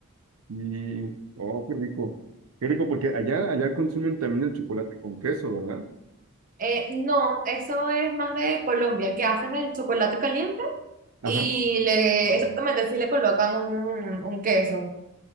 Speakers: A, on the right (about 80°); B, on the right (about 40°).
A: Y, oh, qué rico. Qué rico, porque allá, allá consumen también el chocolate con queso, ¿verdad?
B: Eh, no, eso es más de Colombia, que hacen el chocolate caliente y
A: Ajá.
B: le, exactamente, sí le colocan un, un queso.